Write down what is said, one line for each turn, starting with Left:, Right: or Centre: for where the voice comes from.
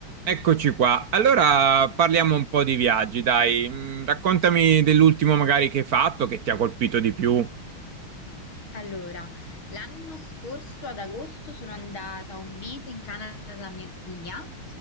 Right: Eccoci qua. Allora parliamo un po' di viaggi, dai. Mm, Raccontami dell'ultimo magari che hai fatto, che ti ha colpito di più.
Left: Allora, l'anno scorso ad agosto sono andata un mese in Canada da mia zia